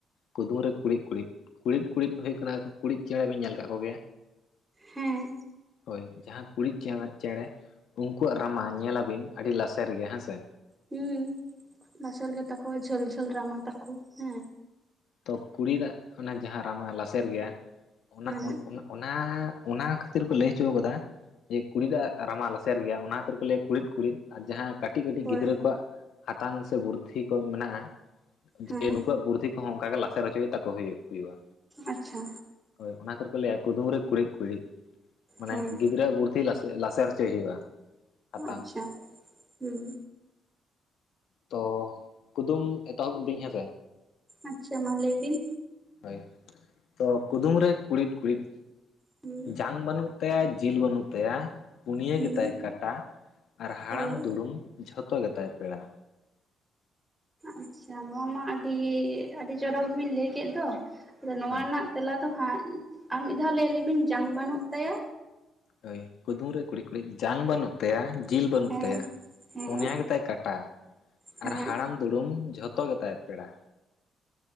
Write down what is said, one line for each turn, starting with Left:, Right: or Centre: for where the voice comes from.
Left: ᱠᱩᱫᱩᱢ ᱨᱮ ᱠᱩᱲᱤᱫ ᱠᱩᱲᱤᱫ ᱠᱩᱲᱤᱫ ᱠᱩᱤᱫ ᱦᱩᱭᱩᱜ ᱠᱟᱱᱟ ᱠᱩᱲᱤᱫ ᱪᱮᱬᱮ ᱵᱤᱱ ᱧᱮᱞ ᱟᱠᱟᱫ ᱠᱚᱜᱮᱭᱟ᱾
Right: ᱦᱮᱸ
Left: ᱦᱳᱭ᱾ ᱡᱟᱦᱟᱸ ᱠᱩᱲᱤᱫ ᱪᱮᱬᱮ ᱪᱮᱬᱮ ᱩᱱᱠᱩᱣᱟᱜ ᱨᱟᱢᱟ ᱧᱮᱞᱟᱵᱤᱱ ᱟᱹᱰᱤ ᱞᱟᱥᱮᱨ ᱜᱮ ᱦᱮᱸᱥᱮ᱾
Right: ᱦᱩᱸ ᱞᱟᱥᱮᱨ ᱜᱮ ᱛᱟᱠᱚᱣᱟ ᱡᱷᱟᱹᱞ ᱡᱷᱟᱹᱞ ᱨᱟᱢᱟ ᱛᱟᱠᱚ ᱦᱮᱸ᱾
Left: ᱛᱚ ᱠᱩᱲᱤ ᱫᱟᱜ ᱚᱱᱟ ᱡᱟᱦᱟᱸ ᱨᱟᱢᱟ ᱞᱟᱥᱮᱨ ᱜᱮᱭᱟ ᱚᱱᱟ
Right: ᱦᱮᱸ
Left: ᱚᱱ ᱚᱱᱟᱱᱟ᱾ᱬ! ᱚᱱᱟ ᱚᱱᱟ ᱠᱷᱟᱹᱛᱤᱨ ᱠᱚ ᱞᱟᱹᱭ ᱦᱚᱪᱚ ᱟᱠᱟᱫᱟ᱾ ᱡᱮ ᱠᱩᱲᱤᱫᱟᱜ ᱨᱟᱢᱟ ᱞᱟᱥᱮᱨ ᱜᱮᱭᱟ ᱚᱱᱟ ᱠᱷᱟᱹᱤᱨ ᱠᱚ ᱞᱟᱹᱭᱟ ᱠᱩᱲᱤᱫ ᱠᱩᱲᱤᱫ ᱟᱨ ᱡᱟᱦᱟᱸ᱾ ᱠᱟᱹᱴᱤᱡ ᱠᱟᱹᱴᱤᱡ
Right: ᱦᱳᱭ
Left: ᱜᱤᱫᱽᱨᱟᱹ ᱠᱚᱣᱟᱜ ᱦᱟᱛᱟᱝ ᱥᱮ ᱵᱩᱨᱫᱷᱤ ᱠᱚ ᱢᱮᱱᱟᱜᱼᱟ᱾
Right: ᱦᱮᱸ
Left: ᱡᱮ ᱱᱩᱠᱩᱣᱟᱜ ᱯᱩᱨᱫᱷᱤ ᱠᱚᱦᱚᱸ ᱚᱱᱠᱟᱟᱜᱮ ᱞᱟᱥᱮᱨ ᱨᱮ ᱦᱚᱪᱚᱭ ᱛᱟᱠᱚ ᱦᱩᱭᱩᱜ ᱦᱩᱭᱩᱜᱼᱟ᱾
Right: ᱟᱪᱪᱷᱟ᱾
Left: ᱦᱳᱭ ᱚᱱᱟ ᱠᱷᱟᱹᱛᱤᱨ ᱠᱚ ᱞᱟᱹᱭᱟ ᱠᱩᱫᱩᱢ ᱨᱮ ᱠᱩᱲᱤᱫ ᱠᱩᱲᱤᱫ ᱢᱟᱱᱮ
Right: ᱦᱮᱸ
Left: ᱜᱤᱫᱽᱨᱟᱹ ᱵᱩᱫᱷᱤ ᱞᱟᱥᱮᱨ᱾ ᱪᱮᱜ ᱦᱩᱭᱩᱜᱼᱟ᱾ ᱦᱟᱛᱟᱝ
Right: ᱟᱪᱪᱷᱟ ᱦᱩᱸ᱾
Left: ᱛᱚ ᱠᱩᱫᱩᱢ ᱮᱛᱚᱦᱚᱵ ᱫᱟᱹᱧ ᱦᱮᱸᱥᱮ᱾
Right: ᱟᱪᱪᱷᱟ ᱢᱟ ᱞᱟᱹᱭ ᱵᱤᱱ᱾
Left: ᱦᱳᱭ ᱛᱚ ᱠᱩᱫᱩᱢ ᱨᱮ ᱠᱩᱲᱤᱫ ᱠᱩᱲᱤᱫ
Right: ᱦᱩᱸ
Left: ᱡᱟᱝ ᱵᱟᱹᱱᱩᱜ᱾ ᱛᱚ ᱡᱤᱞ ᱵᱟᱹᱱᱩᱜ ᱛᱟᱭᱟ ᱯᱩᱱᱭᱟᱹ
Right: ᱦᱩᱸ
Left: ᱜᱮᱛᱟᱭ ᱠᱟᱴᱟ ᱟᱨ ᱦᱟᱲᱟᱢ
Right: ᱦᱳᱭ
Left: ᱫᱩᱲᱩᱢᱻ ᱡᱷᱚᱛᱚ ᱜᱮᱛᱟᱭ ᱯᱮᱲᱟ᱾
Right: ᱟᱪᱪᱷᱟ ᱱᱚᱣᱟ ᱢᱟ ᱟᱹᱰᱤ ᱟᱹᱰᱤ ᱪᱚᱨᱚᱠ ᱵᱤᱱ ᱞᱟᱹᱭ ᱠᱮᱫ ᱫᱚ᱾ ᱟᱫᱚ ᱱᱚᱣᱟ
Left: ᱦᱮᱸ
Right: ᱨᱮᱱᱟᱜ ᱛᱮᱞᱟ ᱫᱚ ᱦᱟᱸᱜ ᱟᱨ ᱢᱤᱫ ᱫᱷᱟᱣ ᱞᱟᱹᱭ ᱞᱮᱵᱤᱱ ᱡᱟᱝ ᱵᱟᱹᱱᱩᱜ ᱛᱟᱭᱟ᱾
Left: ᱦᱳᱭ ᱠᱩᱫᱩᱢ ᱨᱮ ᱠᱩᱲᱤ ᱠᱩᱲᱤ ᱡᱟᱝ ᱵᱟᱹᱱᱩᱜ ᱛᱟᱭᱟ ᱡᱤᱞ ᱵᱟᱹᱱᱩᱜ
Right: ᱦᱮᱸ
Left: ᱛᱟᱭᱟ᱾
Right: ᱦᱮᱸ
Left: ᱯᱩᱱᱭᱟ ᱜᱮᱛᱟᱭ ᱠᱟᱴᱟ
Right: ᱦᱮᱸ
Left: ᱟᱨ ᱦᱟᱲᱟᱢ ᱫᱩᱲᱩᱢ ᱡᱷᱚᱛᱚ ᱜᱮᱛᱟᱭ ᱯᱮᱲᱟ᱾